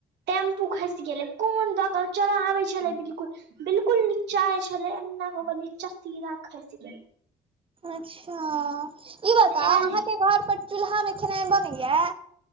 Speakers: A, on the right; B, on the right.
A: टेम्पू खइस गेलै कोन दऽकऽ चरा आबै छेलै बिल्कुल बिल्कुल नीचाए छेलै एन्ना कऽ-कऽ नीचा सीधा खैस गेलै।
B: अच्छा ई
A: गेलै
B: बताउ
A: आयल
B: आहाँ के घर पर चूल्हा मे खेनाय बनैया?